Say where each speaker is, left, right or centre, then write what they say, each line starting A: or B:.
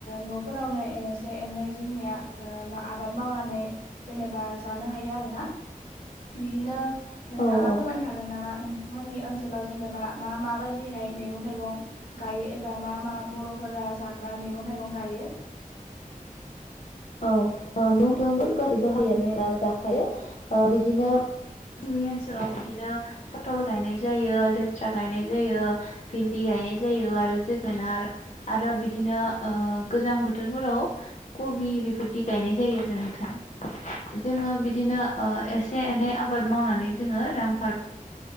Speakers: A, on the left; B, on the left.
A: न'फोरावनो एसे एनै जोंनिया ओ आबाद मावनानै जेनेबा जानो हायो आरो ना बिदिनो नोंथाङा
B: औ
A: फोरमायनो हागोन नामा नोंथां? मोननि ओनसोलाव जेनेबा मा मा बायदिहाय मैगं थाइगं गायो एबा मा मा बर'फोरा जाग्रा मैगं थाइगं गायो ।
B: औ । मैगं थाइगंखौ गासैबोहायानो जाखायो बिदिनो जोंनि ओनसोलाव बिदिनो पटल गायनाय जायो लेस्रा गायनाय जायो भिन्दि गायनाय जायो आरो जोगोनार आरो बिदिनो ओ गोजां बोथोरफोराव कबि बि गायनाय जायो आरो नोंथां । जोङो बिद दिनो ओ एसे एनै आबाद मावनानै जोङो रां फार